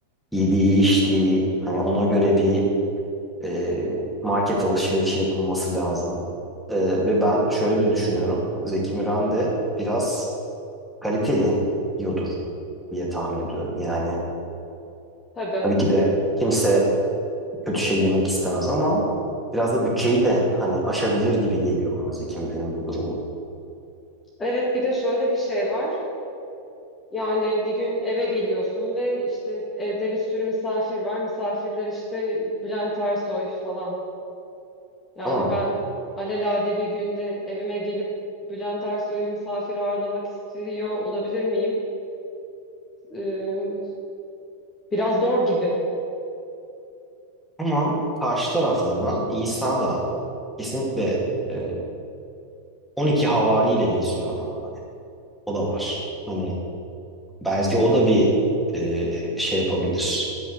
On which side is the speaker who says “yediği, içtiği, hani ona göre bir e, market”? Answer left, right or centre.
Centre